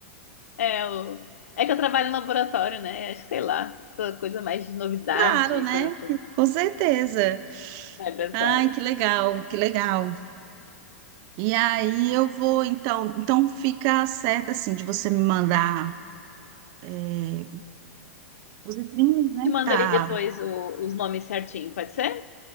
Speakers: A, on the left; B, on the right.
A: É, o... é que eu trabalho em laboratório, né? Acho que sei lá, essa coisa mais de novidade,
B: Claro, né?
A: coisa assim.
B: Com certeza.
A: Vai pra essa
B: Ai,
A: área.
B: que legal, que legal. E aí eu vou então, então fica certo assim de você me mandar é, Os streams, né?
A: Te mando
B: Tá,
A: ali depois o- os nomes certinho, pode ser?